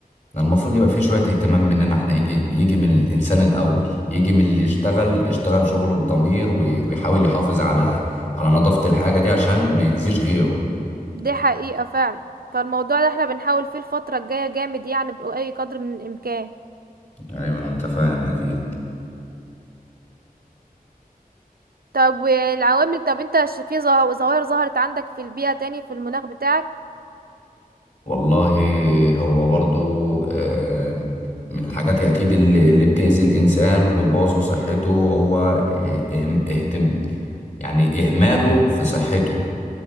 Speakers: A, on the left; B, on the right.
A: المفروض يبقى فيه شوية اهتمام مننا احنا يجي يجي من الإنسان الأول يجي من اللي يشتغل يشتغل شغله بضمير وي- ويحاول يحافظ على على نظافة الحاجة دي عشان ما يأذيش غيره
B: دي حقيقة فعلا فالموضوع ده احنا بنحاول فيه الفترة الجاية جامد يعني بأي قدر من الإمكان
A: ايوه انا متفاهم اكيد
B: طب والعوامل طب انت ش- في ظه- ظواهر ظهرت عندك في البيئة تاني في المناخ بتاعك
A: والله هو برضو آه، من الحاجات أكيد اللي اللي بتأذي الإنسان وبتبوظ له صحته هو اه- اهم- اهتم يعني إهماله في صحته